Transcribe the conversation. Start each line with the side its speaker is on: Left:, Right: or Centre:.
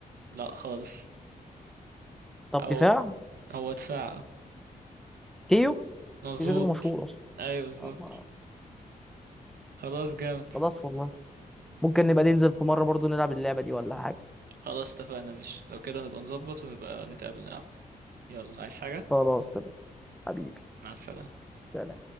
Right: لا خالص
Centre: طب
Right: او
Centre: دفاع
Right: هو دفاع
Centre: كيو
Right: مظبوط
Centre: مفيش غيره مشهور
Right: ايوه
Centre: أصلا
Right: بالظبط خلاص جامد
Centre: خلاص والله ممكن نبقى ننزل في مرة برضو نلعب اللعبة دي ولا حاجة
Right: خلاص اتفقنا مش لو كده نبقى نظبط ونبقى نتقابل نلعب يلا عايز حاجة
Centre: خلاص تمام حبيبي
Right: مع السلامة
Centre: سلام